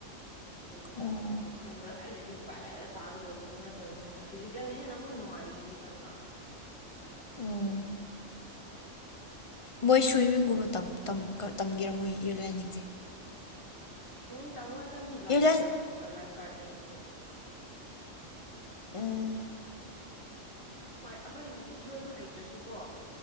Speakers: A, on the left; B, on the left.
A: ꯑꯩꯈꯣꯏꯒꯤꯗ
B: ꯑꯣ
A: ꯍꯥꯏꯗꯤ ꯃꯈꯜꯗ ꯂꯥꯏ ꯂꯥꯏꯔꯤꯛ ꯄꯥꯏ ꯂꯥꯏ ꯄꯥꯒꯗꯕꯗꯤ ꯅꯠꯇ ꯠꯇꯕꯅꯤꯅ ꯐꯤꯖꯤꯀꯦꯜ ꯍꯦꯟꯅ ꯑꯃꯨꯛ ꯅꯨꯡꯉꯥꯏꯔꯤꯑꯗꯅ
B: ꯎꯝ ꯃꯣꯏ ꯁ꯭ꯋꯤꯃꯤꯡꯒꯨꯝꯕ ꯇꯝꯒꯦꯔꯥ ꯃꯣꯏ ꯏꯌꯥꯔꯂꯥꯏꯟꯁꯤꯡꯁꯦ
A: ꯁ꯭ꯋꯤꯝꯃꯤꯡ ꯇꯝꯅꯣꯏꯗ ꯃꯤ ꯂꯥꯏꯐ
B: ꯏꯌꯔꯂꯥꯏꯟ
A: ꯂꯥꯏꯐ ꯒꯥꯔꯗ ꯂꯩꯈ꯭ꯔꯔꯕꯣ
B: ꯎꯝ
A: ꯍꯣꯏ ꯑꯩꯈꯣꯏ ꯏꯔꯣꯏꯕ ꯍꯩꯇ꯭ꯔꯁꯨ ꯀꯣ